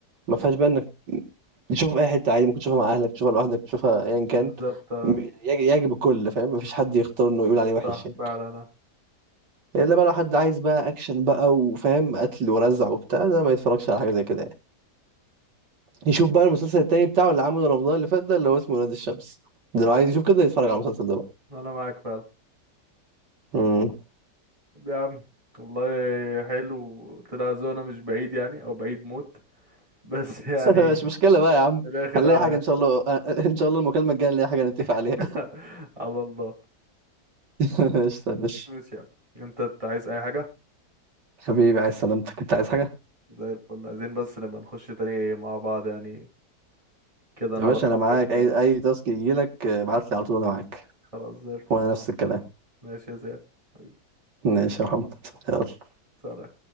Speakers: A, on the right; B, on the right.
A: ما فيهاش بقى انك تشوفه في اي حته عادي ممكن تشوفها مع اهلك تشوفها لوحدك تشوفها ايا
B: بالظبط
A: كان
B: آه،
A: م- يعج- يعجب الكل فاهم مفيش حد يختار انه يقول عليه وحش
B: صح
A: يعني
B: فعلا انا
A: الا بقى لو حد عايز بقى اكشن بقى وفاهم قتل ورزع وبتاع ده ما يتفرجش على حاجه زي كده يعني يشوف بقى المسلسل التاني بتاعه اللي عمله رمضان اللي فات ده اللي هو اسمه ولاد الشمس ده لو عايز يشوف كده يتفرج على المسلسل ده بقى
B: انا معاك فعلا
A: مم.
B: طب يا عم والله حلو طلع ذوقنا مش بعيد يعني او بعيد موت <laughs> بس يعني
A: <laughs> مش مشكله بقى يا عم
B: في الاخر
A: هنلاقي حاجه
B: آه،
A: ان شاء الله <laughs> ان شاء الله المكالمه الجايه نلاقي حاجه نتفق عليها
B: <laughs> على الله
A: <laughs> قشطة، ماشي
B: ماشي يا عم انت إنت عايز اي حاجه
A: حبيبي عايز سلامتك انت عايز حاجة
B: زي الفل عايزين بس نبقى نخش تاني مع بعض يعني كده نعرف
A: يا باشا
B: بعض
A: انا معاك
B: اكتر
A: اي
B: يعني
A: اي تاسك يجيلك ابعت لي على طول انا معاك
B: خلاص زي الفل
A: وانا نفس الكلام
B: ماشي يا زياد حبيبي
A: ماشي يا محمد يلا
B: سلام